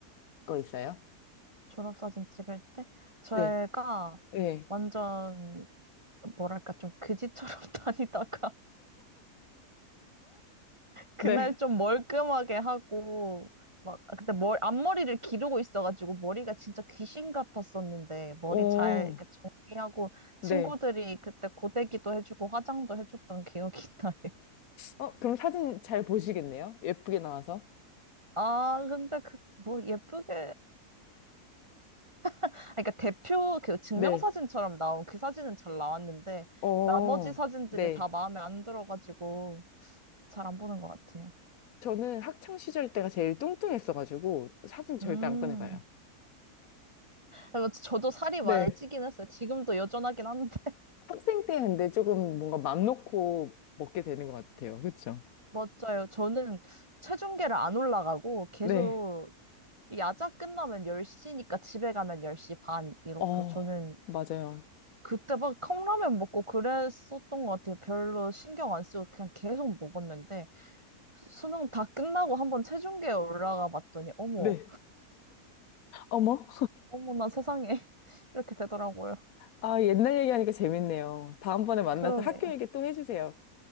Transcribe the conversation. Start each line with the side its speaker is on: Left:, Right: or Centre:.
Left: 거 있어요?
Right: 졸업사진 찍을 때, 제가
Left: 네, 네,
Right: 완전, 뭐랄까, 좀 그지처럼 <laughs> 다니다가, 그날
Left: 네.
Right: 좀 멀끔하게 하고, 막, 아, 그때 머 앞머리를 기르고 있어가지고, 머리가 진짜 귀신 같았었는데, 머리
Left: 오,
Right: 잘 이렇게 정리하고,
Left: 네.
Right: 친구들이 그때 고데기도 해주고, 화장도 해줬던 기억이 <laughs> 나요.
Left: 어, 그럼 사진 잘 보시겠네요? 예쁘게 나와서?
Right: 아, 근데 그, 뭐, 예쁘게. 아, 그러니까 대표 그 증명사진처럼
Left: 네.
Right: 나온 그 사진은 잘 나왔는데,
Left: 어,
Right: 나머지 사진들이
Left: 네.
Right: 다 마음에 안 들어가지고, 잘 안 보는 것 같아요.
Left: 저는 학창 시절 때가 제일 뚱뚱했어가지고 사진 절대
Right: 음.
Left: 안 꺼내봐요.
Right: 그래서 저도 살이
Left: 네.
Right: 많이 찌긴 했어요. 지금도 여전하긴 한데.
Left: 학생 때 근데 조금 뭔가 맘 놓고 먹게 되는 것 같아요. 그쵸?
Right: 맞아요. 저는 체중계를 안 올라가고 계속
Left: 네.
Right: 야자 끝나면 10시니까 집에 가면 10시 반 이렇고
Left: 어,
Right: 저는
Left: 맞아요.
Right: 그때 막 컵라면 먹고 그랬었던 것 같아요. 별로 신경 안 쓰고 그냥 계속 먹었는데 수능 다 끝나고 한번 체중계에 올라가 봤더니 어머,
Left: 네. 어머.
Right: 어머나 세상에 <laughs> 이렇게 되더라고요.
Left: 아, 옛날 얘기하니까 재밌네요. 다음번에 만나서
Right: 그러게요.
Left: 학교 얘기 또 해주세요.